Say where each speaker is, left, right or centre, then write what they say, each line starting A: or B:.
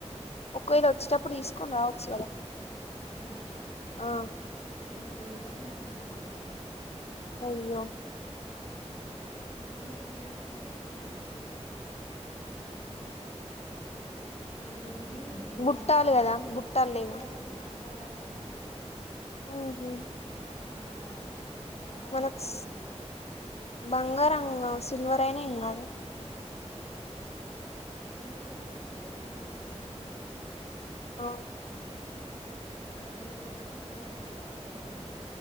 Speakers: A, on the left (about 65°); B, on the left (about 80°).
A: ఒకవేళ వచ్చేటప్పుడు తీసుకొని రావచ్చు కదా
B: నేనా
A: ఆ
B: ఇలా పోయినా కాని మంచి దొర్కనే
A: అయ్యో
B: పోయి అన్ని ఎట్లా అంటే ఆ ఏ ది దేని
A: బుట్టాలు
B: లాగా
A: కదా బుట్టాలు
B: వేరే
A: లేవా
B: లాగు ఉన్నాయి బంజారు ళ్ళు తీసుకుంటు చూసినవా
A: ఉహు
B: అట్లా మన బంగారం
A: మనకు
B: కలర్లు ఏం లేవు
A: బంగారం సిల్వర్ అయినా ఇ అ
B: ఆ ఏం బాగాలేదు చీర మీ పట్టు చీర మీద గ ఇవే మంచిగాంటాయి గా
A: ఓ
B: నా దగ్గర ఒక్క జాతి ఉంటే ఆ ఒక్క జాతి ఆమె దగ్గర ఉన్నా